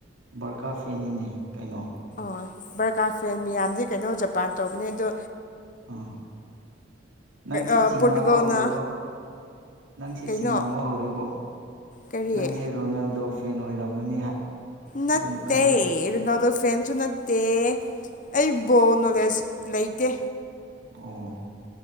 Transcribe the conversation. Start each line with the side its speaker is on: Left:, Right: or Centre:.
Right: ꯕꯔꯀꯥ ꯐꯦꯅꯤꯅꯦ ꯀꯩꯅꯣ
Left: ꯍ ꯕꯔꯀꯥꯔ ꯐꯦꯟ ꯃꯤꯌꯥꯝꯗꯤ ꯀꯩꯅꯣ ꯖꯄꯥꯟ ꯇꯧꯕꯅꯦ ꯑꯗꯣ
Right: ꯑꯥ ꯅꯪꯁꯤ
Left: ꯑ
Right: ꯆꯤꯡꯅꯕ
Left: ꯄꯣꯔꯇꯨꯒꯜꯅ
Right: ꯍꯧꯔꯤꯕ ꯅꯪꯁꯦ
Left: ꯀꯩꯅꯣ
Right: ꯆꯤꯡꯅꯕ ꯍꯧꯔꯦꯕꯣ
Left: ꯀꯔꯤ
Right: ꯅꯪꯁꯦ ꯔꯣꯅꯦꯜꯗꯣ ꯐꯦꯟ ꯑꯣꯏꯔꯝꯒꯅꯤ
Left: ꯅꯠꯇꯦ
Right: ꯑꯗꯨꯝ ꯈꯜꯂꯦ
Left: ꯏ ꯅ ꯑꯗꯨꯣ ꯐ꯭ꯔꯦꯟꯁꯨ ꯅꯠꯇꯦ ꯑꯩꯕꯨ ꯅꯣꯂꯦꯖ ꯂꯩꯇꯦ
Right: ꯑꯣ